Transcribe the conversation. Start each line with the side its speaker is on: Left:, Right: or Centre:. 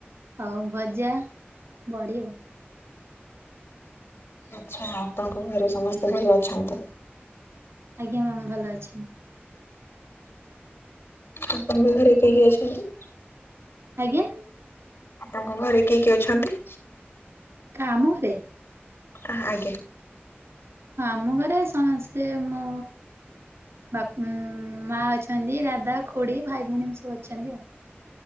Right: ଆଉ ଭଜା ବଡ଼ି ଆଉ।
Left: ଆଚ୍ଛା ଆପଣଙ୍କ ଘରେ ସମସ୍ତେ ଭଲ ଅଛନ୍ତି।
Right: ଆଜ୍ଞା ମ୍ୟାମ୍ ଭଲ ଅଛନ୍ତି।
Left: ଆପଣ ଙ୍କ ଘରେ କିଏ କିଏ ଅଛନ୍ତି?
Right: ଆଜ୍ଞା।
Left: ଆପଣଙ୍କ ଘରେ କିଏ କିଏ ଅଛନ୍ତି?
Right: କାମ ସେ
Left: ହ ଆଜ୍ଞା।
Right: ହଁ ଆମ ଘରେ ସମସ୍ତେ ମୁଁ ବାପ୍ ମା ଅଛନ୍ତି ଦାଦା ଖୁଡି ଭାଇ ଭଉଣୀ ଏମିତି ସବୁ ଅଛନ୍ତି ଆଉ।